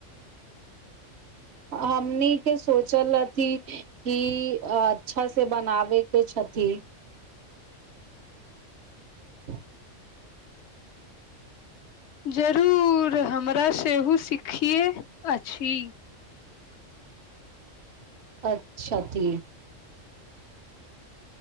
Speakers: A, on the right; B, on the left.
A: हमनीके सोचल अथि कि अच्छा से बनाबैके छथि <inaudible>
B: जरूर हमरा सेहो सिखै अछि
A: अच्छा ती